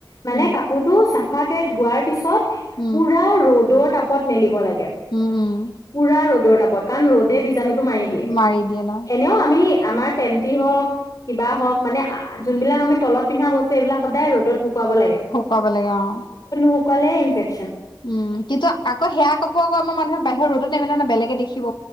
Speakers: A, on the left; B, on the left.
A: মানে
B: উম
A: কাপো ৰু সাফাকে ধোৱাৰ পিছত,
B: উম
A: পোৰা ৰদত তাপত মেলিব লাগে।
B: উম উম
A: পুৰা ৰদত <unintelligible> পকান ৰদেই বিজানু টো মাৰি দিয়ে
B: মাৰি দিয়ে ন
A: এনেও আমি আমাৰ পেন্টি হওক কিবা হওক মানে জোনবিলাক আমি তলত পিন্ধা বস্তু এইবিলাক সদায় ৰ'দত খুৱাব লাগে।
B: পাব লাগে অ'
A: সুকালে ইনফেকট,
B: উম কিন্তু আকৌ সেয়া কাপোৰবোৰ আমাৰ মানুহে, বাহিৰ ৰদতে নেমেলে নাম বেলেগে দেখি